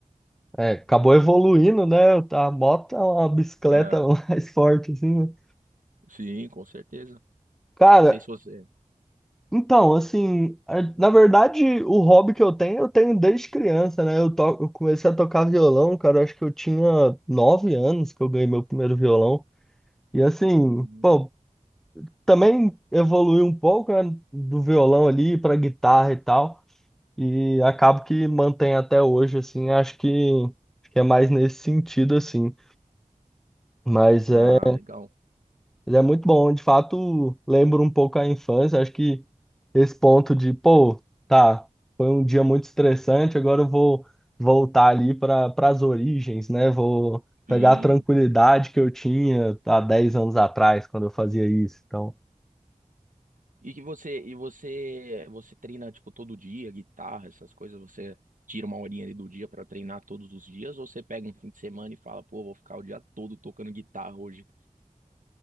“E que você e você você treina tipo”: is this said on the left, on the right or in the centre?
Right